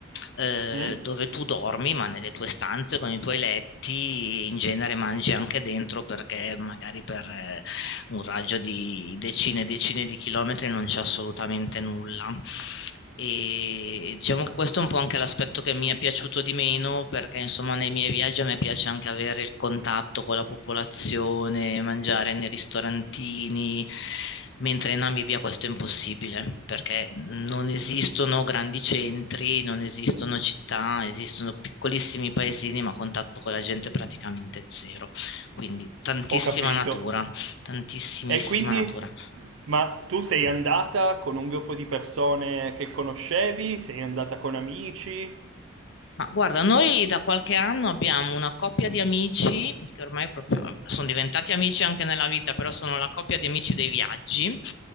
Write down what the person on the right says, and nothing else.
mm?
Ho capito.
E quindi...
Ma tu sei andata con un gruppo di persone che conoscevi? Sei andata con amici?